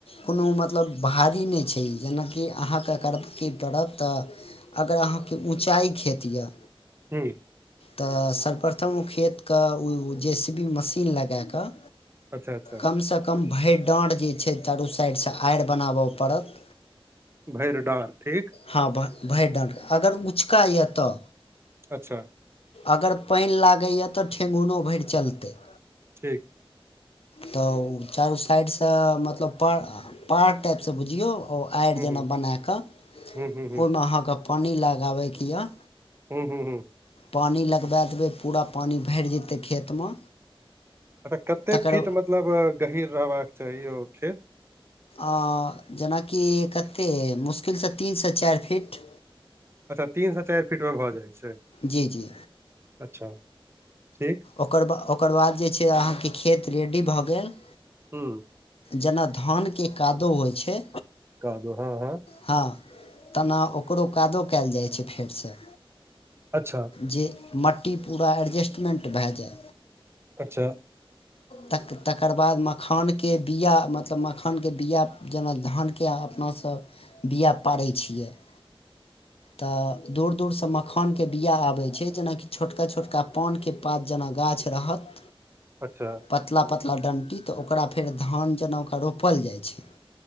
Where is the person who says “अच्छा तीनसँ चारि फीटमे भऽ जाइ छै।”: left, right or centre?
Right